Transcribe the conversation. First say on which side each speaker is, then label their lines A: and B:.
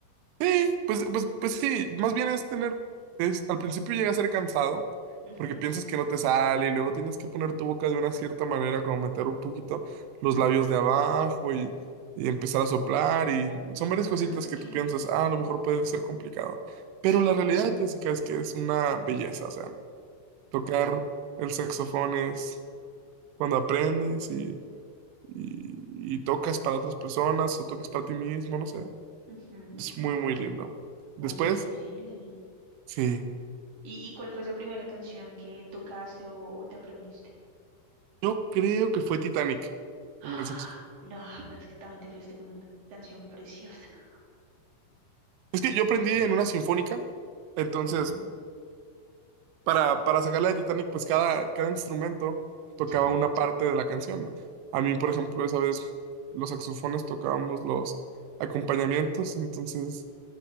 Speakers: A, on the right (about 80°); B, on the right (about 50°).
A: Sí, pues, pues, pues sí, más bien es tener, es, al principio llega a ser cansado,
B: Ujú.
A: porque piensas que no te sale y luego tienes que poner tu boca de una cierta manera, como meter un poquito los labios de abajo y, y empezar a soplar y son varias cositas
B: Ah, ok.
A: que tú piensas, ah, a lo mejor puede ser complicado, pero
B: Sí.
A: la realidad, Jessica, es que es una belleza, o sea, tocar el saxofón es cuando aprendes y, y y tocas para otras personas o tocas para ti mismo, no sé,
B: ujú.
A: es muy, muy lindo. Después
B: Oye, qué increíble.
A: Sí.
B: ¿Y, y cuál fue esa primera canción que tocaste o o te aprendiste?
A: Yo creo que fue Titanic
B: ¡Ah!
A: en el saxofón.
B: No, pero es que también te fuiste con una canción preciosa.
A: Es que yo aprendí en una sinfónica, entonces
B: Ujú.
A: para, para sacarla de Titanic, pues cada, cada instrumento tocaba
B: Sí.
A: una parte de la canción, ¿no? A mí, por ejemplo, esa vez los saxofones tocábamos los acompañamientos, entonces